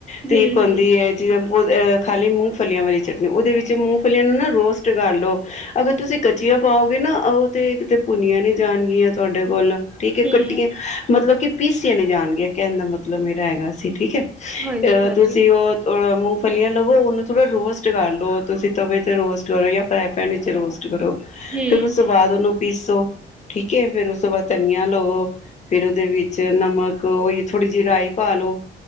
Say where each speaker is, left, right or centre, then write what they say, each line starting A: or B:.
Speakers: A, on the left; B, in the centre.
A: ਠੀਕ
B: ਹੂੰ
A: ਹੁੰਦੀ ਹੈ, ਜੀਵੇਂ ਅਹ ਖਾਲੀ ਮੂੰਹ ਫਲੀਆਂ ਵਾਲੀ ਚਟਨੀ ਉਹਦੇ ਵਿੱਚ ਮੂੰਫਲੀਆਂ ਨੂੰ ਨਾ ਰੋਸਟ ਕਰ ਲੋ ਅਗਰ ਤੁਸੀਂ ਕ ਕਚੀਆਂ ਪਾਓਗੇ ਨਾ ਉਹ ਤੇ ਕਿਤੇ ਭੁੰਨੀਆਂ ਨਹੀਂ ਜਾਣਗੀਆਂ ਤੁਹਾਡੇ ਕੋਲ ਠੀਕ ਏ
B: ਹੂੰ
A: ਕੱਟੀਏ ਮਤਲਬ ਕਿ ਪੀਸੀਆਂ ਨਹੀਂ ਜਾਣਗੀਆਂ ਕਹਿਣ ਦਾ ਮਤਲਬ ਮੇਰਾ ਹੈਗਾ ਸੀ ਠੀਕ ਹੈ?
B: ਹੂੰ ਹਾਂਜੀ
A: ਅਹ
B: ਹਾਂਜੀ
A: ਤੁਸੀਂ ਉਹ ਮੁਫ਼ ਮੂੰਫਲੀਆਂ ਲਵੋ ਉਹਨੂੰ ਥੋੜਾ ਰੋਸਟ ਕਰ ਲਓ। ਤੁਸੀਂ ਤਵੇ ਤੇ ਰੋਸਟ ਕਰੋ ਜਾਂ ਫਰਾ ਪੈਨ ਵਿੱਚ ਰੋਸਟ ਕਰੋ।
B: ਹੂੰ
A: ਫੇਰ ਉਸ ਤੋਂ ਬਾਅਦ ਉਹਨੂੰ ਪੀਸੋ, ਠੀਕ ਹੈ ਫ਼ੇਰ ਉਸ ਤੋਂ ਬਾਅਦ ਧਨੀਆ ਲਵੋ, ਫ਼ੇਰ ਉਹਦੇ ਵਿੱਚ ਨਮਕ ਓਹੀ ਥੋੜ੍ਹੀ ਜਿਹੀ ਰਾਈ ਪਾ ਲੋ।